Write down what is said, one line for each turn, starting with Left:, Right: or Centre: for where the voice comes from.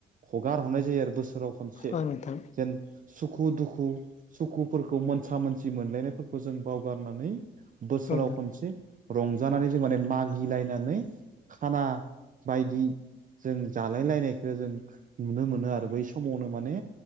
Right: हगार हरनाय जायो आरो बोसोराव खनसे
Left: औ नोंथां
Right: जेन सुखु दुखु सुखुफोरखौ मोनसा मोनसि मोनलायनायफोरखौ जों बावगारनानै बोसोराव
Left: औ नोंथां
Right: खनसे रंजानानै जों माने मागिलायनानै खाना बायदि जों जालाय लायनायखौ जों नुनो मोनो आरो बै समाव समावनो माने